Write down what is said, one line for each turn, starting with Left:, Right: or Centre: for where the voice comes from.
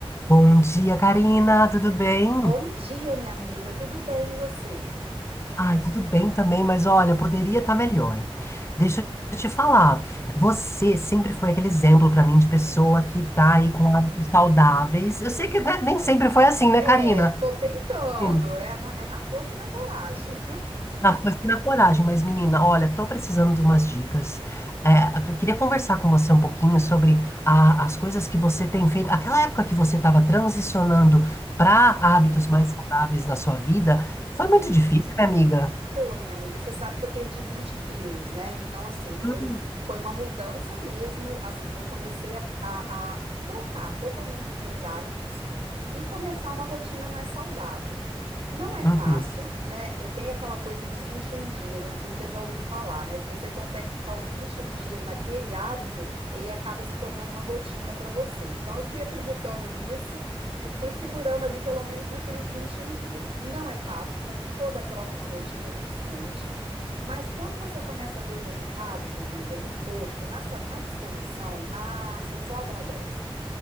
Left: Bom dia, Karina, tudo bem?
Right: Bom dia, minha amiga. Tudo bem, e você?
Left: Ai, tudo bem também, mas olha, poderia estar melhor. Deixa eu te falar, você sempre foi aquele exemplo para mim de pessoa que tá aí com hábitos saudáveis. Eu sei que né, nem sempre foi assim, né,
Right: É,
Left: Karina?
Right: tô tentando.
Left: Sim.
Right: É na, é na força e na coragem.
Left: Na, foi assim na coragem, mas menina, olha, tô precisando de umas dicas. É, eu queria conversar com você um pouquinho sobre a- as coisas que você tem feito. Aquela época que você estava transicionando para
Right: <laughs> Sim,
Left: hábitos mais saudáveis na sua vida,
Right: sim.
Left: foi muito difícil, minha amiga.
Right: Foi, minha amiga. Você sabe que eu perdi 20 quilos, né? Então, assim, foi,
Left: Hum,
Right: foi uma mudança mesmo. Assim, eu comecei a, a- a trocar totalmente os meus hábitos e começar uma rotina mais saudável. Não é
Left: Uhum.
Right: fácil, né? E Tem aquela coisa dos 21 dias, eu não sei se você já ouviu falar, né? Se você consegue ficar os 21 dias naquele hábito, ele acaba se tornando uma rotina para você. Então, eu fui acreditando nisso e fui segurando ali pelo menos naqueles 21 dias. Não é fácil, como toda troca de rotina a gente sente, mas quando você começa a ver os resultados, minha amiga, no corpo, na, sa- na disposição, ah, você só agradece.